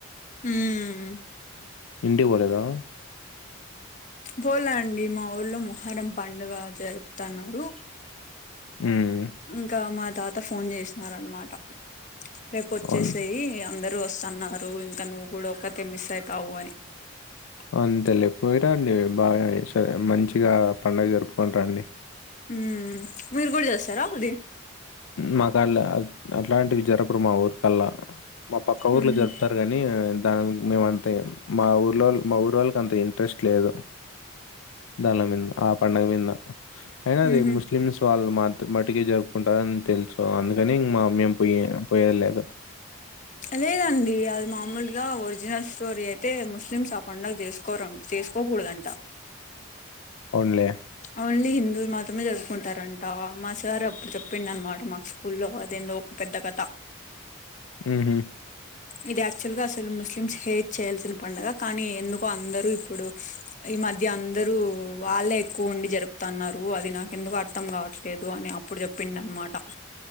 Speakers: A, on the left; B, on the left.
A: మ్మ్
B: ఇంటికి పోలేదా
A: బోలా అండి మా ఊర్లో మొహరం పండుగ జరుపుతాన్నారు
B: మ్మ్
A: ఇంకా మా తాత ఫోన్ చేసినార అనమాట. రేపు వచ్చేసేయి
B: అన్
A: అందరుూ వస్తన్నారు ఇంకా నువ్వు కూడా ఒక్కతే మిస్ అయితావు అని.
B: అంతలే పోయిరండి బాగా సరే మంచిగా పండుగ జరుపుకొని రండి.
A: మ్మ్ మీరు కూడా చేస్తారా అది.
B: మక్కడ్లే అట్లాంటివి జరపరు మా ఊరికల్లా మా పక్క ఊర్లో
A: మ్మ్
B: జరుపుతారు. కానీ దా మేముంత మా ఊర్లో మా ఊరోల్లకి అంత ఇంట్రెస్ట్ లేదు. దాన్ల మీద ఆ పండగ మింద అయినా అది
A: మ్మ్
B: ముస్లిమ్స్ వాళ్ళు మాత్ర మట్టుకే జరుపుకుంటారని తెలుసు అందుక్ కానీ ఇం మా మేము పోయే పో పొయ్యేది లేదు.
A: అదేండి అది మామూలుగా ఒరిజినల్ స్టోరీ అయితే ముస్లిమ్స్ ఆ పండుగ చేసుకు. కోరం చేసుకోకూడదంట.
B: ఉన్లే.
A: ఓన్లీ హిందూ మాత్రమే చదువుకుంటారంట మా సార్ అప్పుడు చెప్పిండ అనమాట మాకు స్కూ. స్కూల్లో అదేందో ఒక పెద్ద కథ.
B: ఉహు.
A: ఇది యాక్చువల్ గా అసలు ముస్లిమ్స్ హేట్ చేయాల్సిన పడుగ కానీ ఎందుకో అందరు ఇప్పుడు. ఈ మధ్య అందరుూ వాళ్ళే ఏక్ ఎక్కువ ఉండి జరుపుతన్నారు అది నాకెందుకు అర్థం కావట్లేదు అని అప్పుడు చెప్పిండ అనమాట.